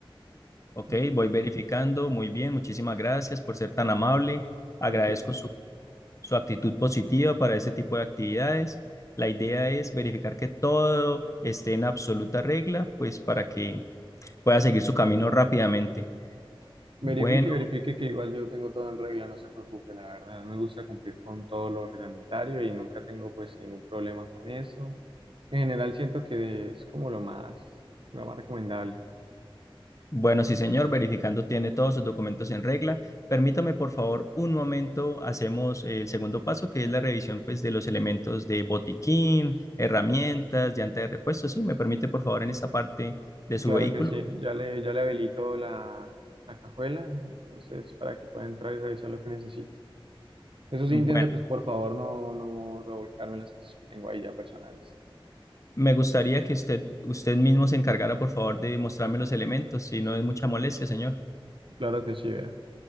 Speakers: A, on the left; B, on the right.
A: Ok,
B: Mm,
A: voy verificando. Muy bien, muchísimas gracias por ser tan amable. Agradezco
B: y Aquí.
A: su, su actitud positiva para ese tipo de actividades. La idea es verificar que todo esté en absoluta regla, pues para que pueda seguir su camino rápidamente. Bueno.
B: Verifique, verifique que igual yo tengo todo en regla, no se preocupe, la verdad. Me gusta cumplir con todo lo reglamentario y nunca tengo pues ningún problema con eso. En general siento que es como lo más, lo más recomendable.
A: Bueno, sí, señor, verificando tiene todos sus documentos en regla. Permítame, por favor, un momento. Hacemos eh, el segundo paso, que es la revisión, pues, de los elementos de botiquín, herramientas, llanta de repuesto. Sí, me permite, por favor, en esta parte de su
B: Claro
A: vehículo.
B: que sí, ya le, ya le habilito la, la cajuela, entonces para que pueda entrar y revisar lo que necesite. Eso sí,
A: Bueno,
B: intente, pues por favor, no, no revolcarme las cosas que tengo ahí ya personales.
A: me gustaría que usted, usted mismo se encargara, por favor, de mostrarme los elementos, si no es mucha molestia, señor.
B: Claro que sí, vea.